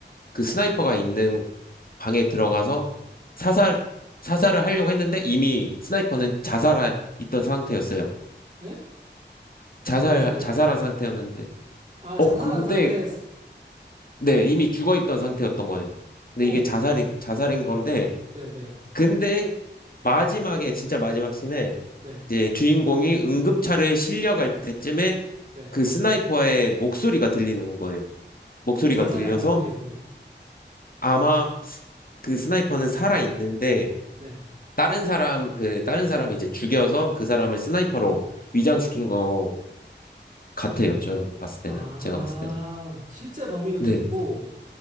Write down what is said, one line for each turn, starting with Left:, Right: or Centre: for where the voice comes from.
Left: 그 스나이퍼가 있는 방에 들어가서 사살 사살을 하려고 했는데 이미 스나이퍼는 자살하 있던 상태였어요.
Right: 에?
Left: 자살
Right: 그게 어떻게,
Left: 자살한 상태였는데
Right: 아,
Left: 어
Right: 자살한
Left: 근데
Right: 상태에서,
Left: 네 이미 죽어 있던 상태였던 거예요. 근데
Right: 어,
Left: 이게
Right: 어떠-
Left: 자살이
Right: 어, 예.
Left: 자살인 건데
Right: 네, 네.
Left: 근데 마지막에 진짜 마지막 씬에
Right: 네.
Left: 이제 주인공이 응급차를 실려갈 때쯤에
Right: 네.
Left: 그 스나이퍼의 목소리가 들리는 거예요. 목소리가
Right: 그럼 자살이
Left: 들려서
Right: 아닌 거네요, 그러면?
Left: 아마 그 스나이퍼는 살아 있는데
Right: 네.
Left: 다른 사람 그 다른 사람이 이제 죽여서 그 사람을 스나이퍼로 위장시킨 거 같아요. 저 봤을 때는
Right: 아,
Left: 제가 봤을 때.
Right: 실제 범인은
Left: 네.
Right: 죽고,